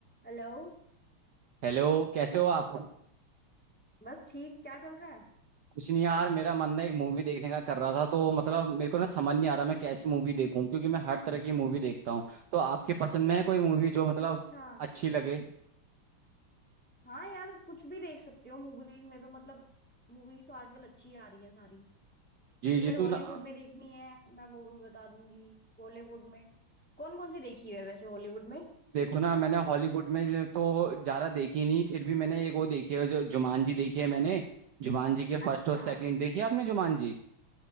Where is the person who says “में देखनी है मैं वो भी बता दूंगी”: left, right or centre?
Centre